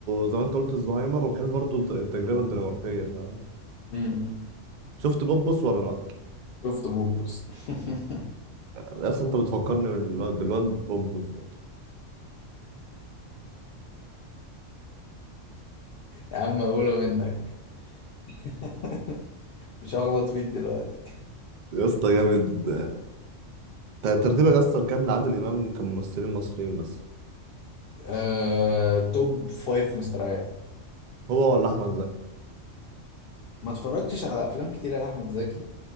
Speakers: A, on the right (about 65°); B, on the left (about 60°).
A: زي ما انت قلت الزهايمر وبحب برضه الت- التجربه الدنماركيه فاهم
B: مم.
A: شفت بوبس ولا لا
B: شفت بوبس <laughs>
A: يا اسطى انت بتفكرني بالواد بالواد بوب <laughs>
B: يا عم أقولها منك <laughs> مش هغلط فيك دلوقتي
A: يا اسطى جامد تر- ترتيبك يا اسطى الكام لعادل امام كممثلين مصريين مثلا
B: آه، توب فايف مستريح
A: هو ولا احمد زكي
B: ما اتفرجتش على أفلام كتيرة لأحمد زكي